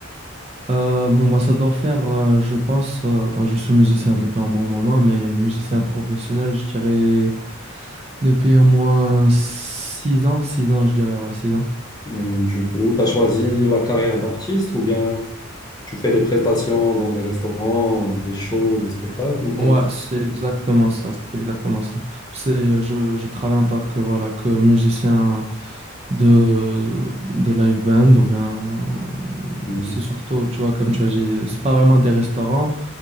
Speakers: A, on the right (about 30°); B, on the left (about 20°).
A: Euh, bon bah ça doit faire euh, je pense euh, ben, je suis musicien depuis un bon moment mais musicien professionnel je dirais depuis au moins six ans, 6 ans je dirais ouais 6 ans.
B: Mhm, Du coup, tu as choisi la carrière d'artiste ou bien tu fais des prestations dans des restaurants, des shows, des spectacles ou comment
A: Ouais,
B: ça
A: c'est exactement
B: se passe
A: ça, c'est exactement ça. C'est, je, je travaille en tant que, voilà, que musicien de, de live band, ou bien, euh,
B: Mhm.
A: c'est surtout, tu vois, comme tu as dit, c'est pas vraiment des restaurants,